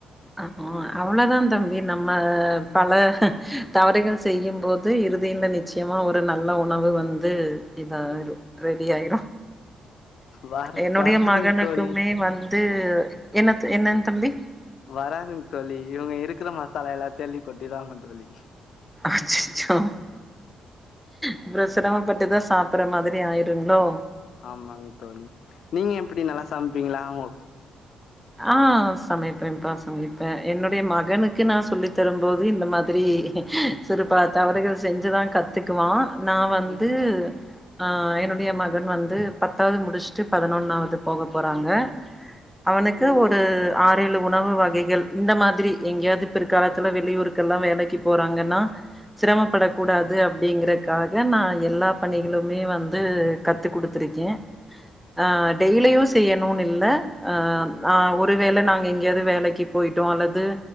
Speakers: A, in the centre; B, on the left (about 65°).
A: ஆமா அவளதா தம்பி நம்ம பல தவறுகள் செய்யும்போது இறுதியில நிச்ச சயமா ஒரு நல்ல உணவு வந்து இது ஆயிரு ரெடி ஆயிரு
B: வர
A: என்னுடைய
B: வராதுங்
A: மகனுக்குமே
B: தோழி
A: வந்து என்னத் என்னங் தம்பி
B: வராதுங் தோழி இவுங்க இருக்குற மசாலா எல்லத்தையு அள்ளி கொட்டிருவாங்க தோழி
A: அச்சச்சோ அப்ற சிரமப்பட்டு தா சாப்புட்ற மாதிரி ஆயிர் ருங்ளோ
B: ஆமாங்க தோழி நீங்க எப்டி நல்லா சமைப்பீங்ளா உங்க
A: ஆ சமைப்பேப்பா சமைப்பே என்னுடைய மகனுக்கு நா சொல்லி தரும்போது இந்த மாதிரி சிறு பல தவறுகள் செஞ்சுதா கத்துக்குவா நா வந்து
B: ம்
A: ஆ என்னுடைய மகன் வந்து பத்தாவ்து முடிச்ட்டு பதினொன்னாவ்து போக போறாங்க அவனுக்கு ஒரு ஆறேழு உணவு வகைகள் இந்த மாதிரி எங்கெயாவ்து பிற்காலத்துல வெளியூருக்கெல்லா வேலைக்கு போறாங்கனா சிரமப்படக் கூடாது அப் டிங்றக்காக நா எல்லா பணிகளுமே வந்து கத்து குடுத்துருக்கே ஆ
B: சரிங்க
A: டெய்லியு
B: தோழி
A: செய்யணுனு இல்ல அ ஆ ஒரு வேல நாங்க எங்கேயாது வேலைக்கு போயிட்டோ அல்லது